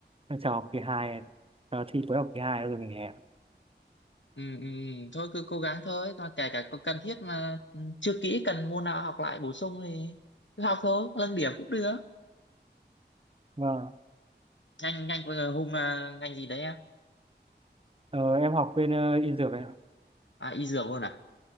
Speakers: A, on the right; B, on the left.
A: Em chờ học kỳ hai chờ thi cuối học kỳ 2 rồi nghỉ hè
B: ừ, ừ ừ. thôi cứ cố gắng thôi còn kể cả có cần thiết mà ừ, chưa kỹ cần môn nào học lại bổ sung thì cứ học thôi nâng điểm cũng được
A: vâng
B: ngành ngành vừa Hùng là ngành gì đấy em
A: ờ, em học bên ờ, y dược ấy ạ
B: à y dược luôn à